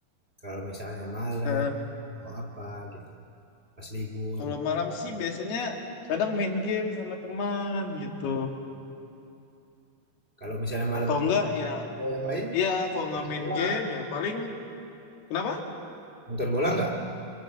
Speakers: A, on the right (about 50°); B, on the left (about 85°).
A: Kalau misalnya malam
B: Eh,
A: mau apa gitu, pas libur.
B: kalau malam sih biasanya kadang main game sama teman gitu.
A: Kalau misalnya malam
B: Atau enggak ya,
A: eh, yang lain,
B: iya kalau nggak
A: nonton
B: main
A: bola.
B: game ya paling, kenapa?
A: Nonton bola nggak?